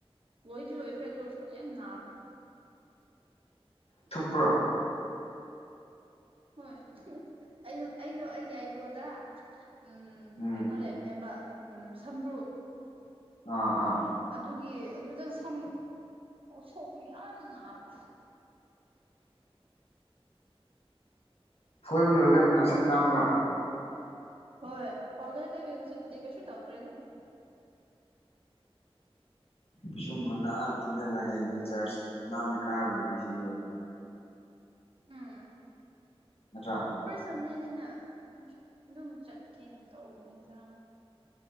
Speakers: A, on the right; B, on the left.
A: ꯂꯣꯏꯗꯤ ꯂꯣꯏꯁ꯭ꯔ ꯇ ꯑꯣꯏꯁꯨ ꯌꯥꯝ ꯅꯥꯕ꯭ꯔꯥ
B: ꯊꯨꯞꯄ꯭ꯔꯥ
A: ꯍꯣꯏ ꯑꯩ ꯑꯩꯗꯣ ꯑꯩꯒꯤ ꯑꯩꯕ꯭ꯔꯣꯗ ꯎꯝ
B: ꯎꯝ
A: ꯀꯩꯅꯣ ꯂꯩꯕꯅꯦꯕ ꯎꯝ ꯁꯝ꯭ꯔꯨ
B: ꯑꯥ ꯑꯥ꯫
A: ꯑꯗꯨꯒꯤ ꯑꯗꯨꯗ ꯁꯝ ꯁꯣꯛꯄ ꯌꯥꯝ ꯅꯥꯕ
B: ꯐꯣꯏꯕ ꯂꯣꯏꯔꯀꯅ ꯉꯥꯡꯁꯛ ꯉꯥꯡꯕ꯭ꯔꯥ
A: ꯍꯣꯏ ꯄꯥꯎꯗꯔꯦ ꯇ ꯍꯧꯖꯤꯛ ꯄꯨꯗꯤ ꯀꯩꯁ ꯇꯥꯎꯗꯔꯦꯅꯦ
B: ꯄꯤꯁꯨꯝꯒ ꯅꯥꯟꯅ ꯐꯨꯠꯒ ꯍꯌꯦꯡꯁꯦ ꯆꯔꯆ ꯅꯥꯟꯅ ꯀꯥꯔꯨꯕꯒꯤ ꯍꯉꯦꯕ
A: ꯎꯝ
B: ꯅꯆꯥ
A: ꯐꯔ ꯁꯟꯗꯦꯗꯤꯅ ꯑꯗꯨꯝ ꯆꯠꯀꯦꯅ ꯇꯧꯕ ꯅꯠꯇꯅ